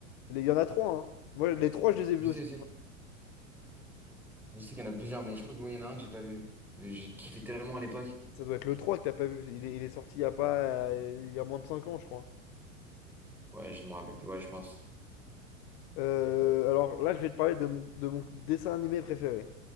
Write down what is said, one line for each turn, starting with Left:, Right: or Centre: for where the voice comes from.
Left: Il y en a trois, hein. Moi, les trois, je les ai vus
Centre: Je sais,
Left: aussi.
Centre: je sais. Je sais qu'il y en a plusieurs, mais je crois que ouais, il y en a un que j'ai pas vu. Mais j'ai kiffé tellement à l'époque.
Left: Ça doit être le 3 que t'as pas vu. Il est, il est sorti il y a pas, euh, il y a moins de cinq ans, je crois.
Centre: Ouais, je me rappelle plus, ouais, je pense.
Left: Euh, alors là, je vais te parler de mon, de mon dessin animé préféré.